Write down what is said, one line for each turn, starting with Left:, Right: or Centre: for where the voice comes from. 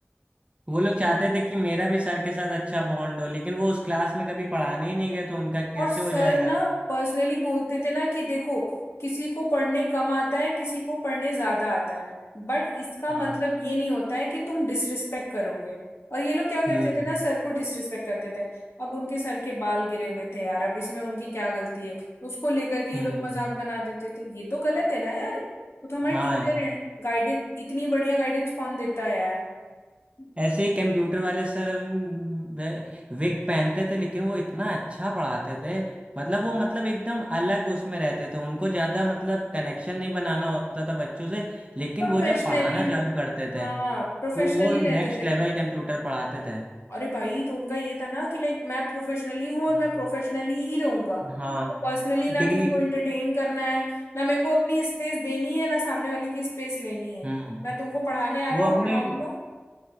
Right: वो लोग चाहते थे कि मेरा भी सर के साथ अच्छा बॉन्ड हो लेकिन वो उस क्लास में कभी पढ़ाने ही नहीं गए तो उनका कैसे
Left: और सर
Right: हो जाएगा
Left: ना पर्सनली बोलते थे ना कि देखो किसी को पढ़ने कम आता है किसी को पढ़ने ज्यादा आता है बट इसका
Right: हाँ
Left: मतलब ये नहीं होता है कि तुम डिसरिस्पेक्ट करोगे और ये लोग क्या करते
Right: हम्म
Left: थे ना सर को डिसरिस्पेक्ट करते थे अब उनके सर के बाल गिरे हुए थे यार अब इसमें उनकी क्या गलती है उसको लेकर के ये
Right: हम्म
Left: लोग मजाक बना देते थे ये तो गलत है ना यार वो तो हमारे
Right: हाँ
Left: टीचर हैं गाइडेंस इतनी बढ़िया गाइडेंस कौन देता है यार <laughs>
Right: ऐसे ही कंप्यूटर वाले सर हम्म, वे, विग पहनते थे लेकिन वो इतना अच्छा पढ़ाते थे मतलब वो मतलब एकदम अलग उसमें रहते थे उनको ज़्यादा मतलब कनेक्शन नहीं बनाना होता था बच्चों से लेकिन
Left: प्रोफेशनली
Right: वो जब पढ़ाना चालू करते थे
Left: हाँ प्रोफेशनली
Right: तो वो नेक्स्ट
Left: रहते थे
Right: लेवल कंप्यूटर पढ़ाते थे
Left: अरे भाई तो उनका ये था ना कि लाइक मैं प्रोफेशनली हूँ और
Right: हम्म।
Left: मैं प्रोफेशनली ही रहूंगा क्योंकि
Right: हाँ
Left: पर्सनली ना
Right: डिग्निक
Left: किसी को एंटरटेन करना है ना मेरे को अपनी स्पेस देनी है ना सामने वाले की स्पेस लेनी है
Right: हम्म
Left: मैं तुमको पढ़ाने आ रहा
Right: वो
Left: हूँ
Right: अपनी
Left: पढ़ाऊंगा